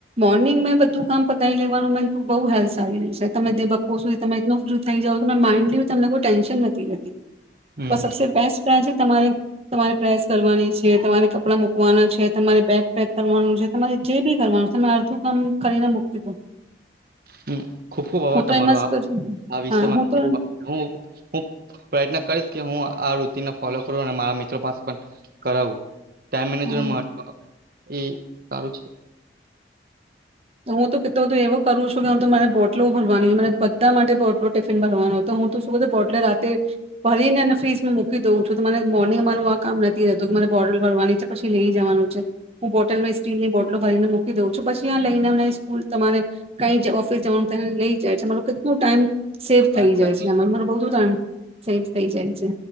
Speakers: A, on the right; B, on the right.
A: મોર્નિંગ મેં બધું કામ પતાય લેવાનું મે બ હેલ્ સારી તમે દબપો સુધી તમે એ થઈ જાવ તો માઇન્ડલી તમને કોઈ ટેન્શન નથી હોતી
B: હમ
A: તો સબસે બેસ્ટ ટ્રાન્ઝેક્ટ તમારે તમારે પ્રેસ કરવાની છે તમારે કપડાં મૂકવાના છે તમારે બેગ પેક કરવાનું છે તમારે જે બી કરવાનું છે તમે અડધું કામ કરીને મૂકી દો
B: હુ ખુબ ખુબ આભાર
A: હું તો
B: તમારો
A: એમ જ
B: આ
A: કરું.
B: આ વિષમાં
A: હા હું તો
B: હુ હું પ્રયત્ન કરીશ હું આ આ રુતિને ફોલો કરું અને મારા મિત્રો પાસે પણ કરાવું ટાઈમ મેનેજમેન્ટ
A: હા
B: મહત્વ એ સારું છે
A: હું તો કીધું હતું એવો કરું છું કે હું તો મારે બોટલો ભરવાની હોય મને બધા માટે બોટલો ટિફિન ભરવાનું હોય તો હું હું તો બોટલો રાતે ભરીને અને ફ્રિજમાં મુકું કીધુ તમારે મોર્નિંગ મારું આ કામ રે કે હતું મને બોટલ ભરવાની છે પછી લઈ જવાનું છે હું બોટલ મે સ્ટીલની બોટલ એ ભાઈને મૂકી દઉ છું પછી આને <unintelligible> લે તમારે કઈ ઓફિસ જવાનું થવા નુ લઈ જાય છેરો કે <unintelligible> ટું ટાઈમ સેફ
B: પતા
A: થઈ જાય છે અને બઉ <unintelligible> ટાઈમ સેફ થઈ જાય છે